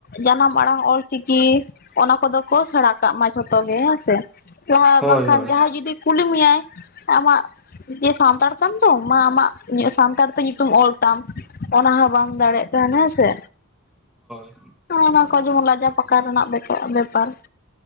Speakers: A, on the left; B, in the centre.
A: ᱡᱟᱱᱟᱢ ᱟᱲᱟᱝ ᱚᱞ ᱪᱤᱠᱤ ᱚᱱᱟ ᱠᱚᱫᱚ ᱠᱚ ᱥᱮᱬᱟ ᱠᱟᱜ ᱢᱟ ᱡᱷᱚᱛᱚ ᱜᱮ ᱦᱮᱸᱥᱮ ᱞᱟᱦᱟ
B: ᱦᱳᱭ
A: ᱵᱟᱝ ᱠᱷᱟᱱ
B: ᱦᱳᱭ
A: ᱡᱟᱦᱟ ᱡᱩᱫᱤ ᱠᱩᱞᱤ ᱢᱮᱭᱟᱭ ᱟᱢᱟᱜ ᱡᱮ ᱥᱟᱢ ᱛᱟᱲ ᱠᱟᱱ ᱫᱚᱢ ᱢᱟ ᱟᱢᱟᱜ ᱥᱟᱱᱛᱟᱲ ᱛᱮ ᱧᱩᱛᱩᱢ ᱚᱞ ᱛᱟᱢ ᱚᱱᱟ ᱦᱚᱸ ᱵᱟᱢ ᱫᱟᱲᱮᱜ ᱦᱮᱸᱥᱮ
B: ᱦᱳᱭ
A: ᱚᱱᱟ ᱠᱚ ᱡᱮᱢᱚᱱ ᱞᱟᱡᱟ ᱯᱟᱠᱟ ᱨᱮᱱᱟᱜ ᱵᱮᱠᱟ ᱵᱮᱯᱟᱨ